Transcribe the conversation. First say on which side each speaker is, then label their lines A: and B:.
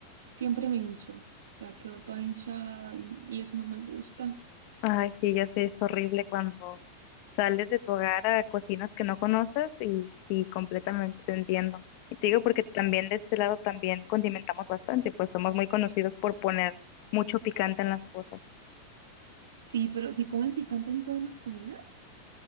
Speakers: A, on the right; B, on the left.
A: siempre me hincho. O sea, quedo toda hinchada y, y eso no me gusta.
B: Ay, sí, ya sé, es horrible cuando sales de tu hogar a cocinas que no conoces y sí, completamente te entiendo. Y te digo porque también de este lado también condimentamos bastante, pues somos muy conocidos por poner mucho picante en las cosas.
A: Sí, pero si comen picante en todas las comidas.